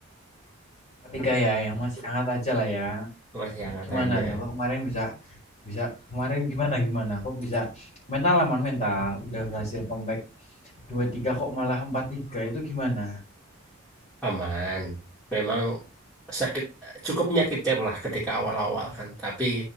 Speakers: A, on the left (about 30°); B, in the centre.
A: 43 ya, yang masih hangat aja lah ya.
B: masih hangat
A: gimana
B: aja.
A: tuh kok kemarin bisa bisa kemarin gimana gimana kok bisa mental aman mental udah berhasil comeback dua tiga kok malah empat tiga itu gimana
B: Aman. Memang sakit cukup menyakitkan lah ketika awal-awal kan, tapi